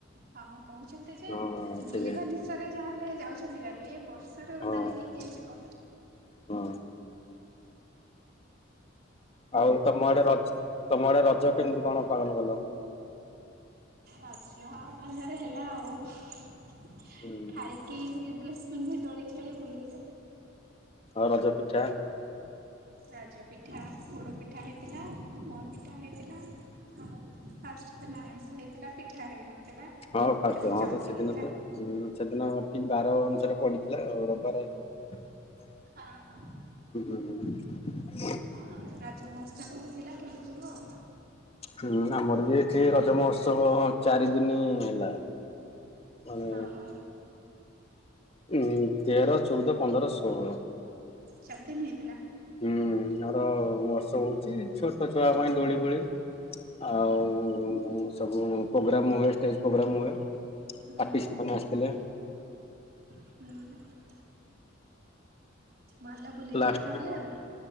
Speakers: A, on the right (about 50°); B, on the left (about 30°).
A: ହଁ କହୁଛନ୍ତି ଯେ
B: ହଁ
A: ବୁଲିବା
B: ସେଇଆ।
A: ନିଶାରେ ଯାହାହେଲେ ଯାଉଛନ୍ତି ଭାରି ଏ ବର୍ଷା ରେ ଓଦା
B: ହଁ
A: ହେଇକି କିଏ ଯିବ।
B: ହଁ ଆଉ ତମ ଆଡେ ରଜ ତମ ଆଡେ ରଜ କେମିତି କଣ ପାଳନ କଲ?
A: ଆଜ୍ଞା ଭଲରେ ହେଲା ଆଉ। ଖାଇକି
B: ହୁଁ
A: ଡ୍ରେସ୍ ପିନ୍ଧି ଦୋଳି ଖେଳି ବୁଲିଲେ।
B: ଆଉ ରଜ ପିଠା?
A: ରଜ ପିଠା ପୋଡ଼ ପିଠା ହେଇଥିଲା, ମୁଆଁ ପିଠା ହେଇଥିଲା, ଆଉ ଫାଷ୍ଟ୍ ଦିନ ଆଇଁଷ ହେଇଥିଲା ପିଠା ହେଇନଥିଲା।
B: ହଁ ଫାଷ୍ଟ୍
A: ଖାଲି
B: ହଁ
A: ଚକୁଳି
B: ତ ସେଦିନ
A: ହେଇଥିଲା।
B: ତ। ହୁଁ ସେଦିନ ଠିକ୍ ବାର ଅନୁସାରେ ପଡିଥିଲା ଆଉ ରବିବାରେ। <unintelligible>
A: ହଁ ହଁ ଆଉ ରଜ ମହୋତ୍ସବ ହେଇଥିଲା ବୁଲୁଥିଲୁ ଆଉ।
B: ହୁଁ ଆମର ବି ଏଠି ରଜ ମହୋତ୍ସବ ଚାରି ଦିନି ହେଲା। ମାନେ
A: ହଁ ହଁ
B: ଉଁ ତେର ଚଉଦ ପନ୍ଦର ଷୋହଳ।
A: ଚାରିଦିନି ହେଇଥିଲା।
B: ହୁଁ ଆମର ମହୋଷାଚଵ ହଉଛି ଛୋଟ ଛୁଆ ପାଇଁ ଦୋଳି ଫୋଳି। ଆଉ ସବୁ ପ୍ରୋଗ୍ରାମ ହୁଏ ଷ୍ଟେଜ୍ ପ୍ରୋଗ୍ରାମ ହୁଏ।
A: ହୁଁ
B: ଆଷ୍ଟିଟି ମାନେ ଆସିଥିଲେ।
A: ହୁଁ ଭଲ ବୁଲିଥିବେ
B: ଲାଷ୍ଟ
A: ତାହେଲେ ଆଉ।